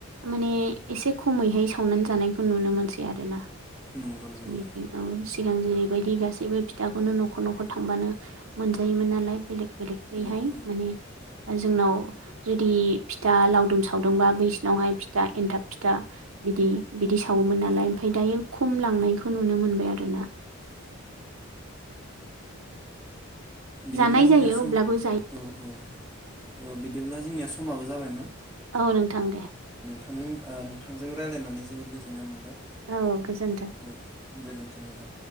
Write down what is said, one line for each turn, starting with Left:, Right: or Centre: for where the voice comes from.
Right: माने एसे खमैहाय सावनानै जानायखौ नुनो मोनसै आरोना।
Centre: नंगौ नंगौ
Right: जोंनिथिं औ सिगां जेरैबायदि गासैबो फिथाखौनो न'खर न'खर थांबानो मोनजायोमोन नालाय बेलेग बेलेखैहाय
Centre: औ औ
Right: माने जोंनाव जुदि फिथा लावदुम सावदोंबा बैसिनावहाय फिथा एन्थाब फिथा बिदि बिदि सावोमोन नालाय ओमफ्राय दायो खम लांनायखौ नुनो मोनबाय आरोना।
Centre: <inaudible> बिदिब्ला
Right: जानाय
Centre: जोंनिया
Right: जायो
Centre: सम
Right: अब्लाबो जायो
Centre: उम उम उम बिदिब्ला जोंनिया समाबो जाबायमोन।
Right: औ नोंथां दे।
Centre: नों नोंथांजों रायज्लायनानै जोबोर गोजोननाय मोनबाय।
Right: औ गोजोन्थों।
Centre: औ गोजोनथों नोंथां।